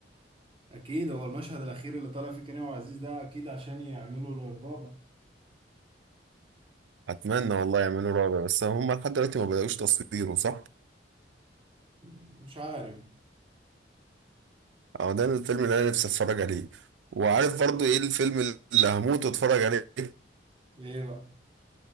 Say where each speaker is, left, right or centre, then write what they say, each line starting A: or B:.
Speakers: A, on the right (about 30°); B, on the right (about 80°).
A: أكيد هو المشهد الأخير اللي طلع فيه كريم وعزيز ده أكيد عشان يعملوا للرابع
B: اتمنى والله يعملوا رابع بس هم لحد دلوقتي ما بدأوش تصويره صح
A: م- مش عارف
B: اه ده الفيلم اللي انا نفسي اتفرج عليه وعارف برضو ايه الفيلم اللي هموت واتفرج عليه
A: إيه بقى